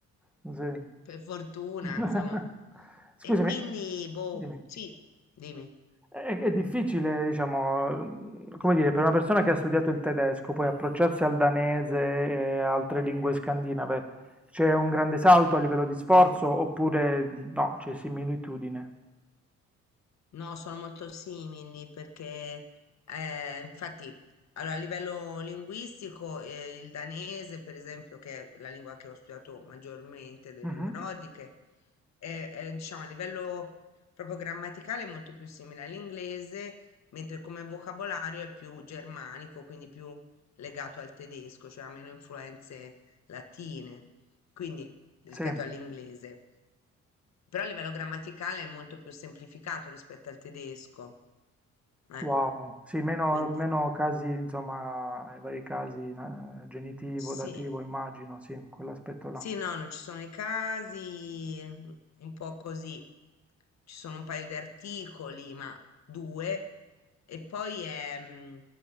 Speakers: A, in the centre; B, on the left.
A: Sì.
B: per fortuna,
A: <laughs>
B: insomma.
A: Scusami,
B: E quindi, boh,
A: dimmi.
B: sì, dimmi.
A: È, è difficile, diciamo, mh, come dire, per una persona che ha studiato il tedesco, poi approcciarsi al danese e altre lingue scandinave, c'è un grande salto a livello di sforzo oppure no, c'è similitudine?
B: No, sono molto simili perché, eh, infatti, allora, a livello linguistico, eh, il danese, per esempio, che è la lingua che ho studiato maggiormente delle
A: Mhm.
B: lingue nordiche, è, è, diciamo, a livello proprio grammaticale è molto più simile all'inglese, mentre come vocabolario è più germanico, quindi più legato al tedesco, cioè ha meno influenze latine, quindi rispetto
A: Sì,
B: all'inglese. Però a livello grammaticale è molto più semplificato rispetto al tedesco. Eh,
A: wow, sì, meno,
B: quindi
A: meno casi, insomma, i vari casi, na- genitivo,
B: sì,
A: dativo, immagino, sì, quell'aspetto là.
B: sì, no, non ci sono i casi, un po' così. Ci sono un paio di articoli, ma due. E poi è, mm,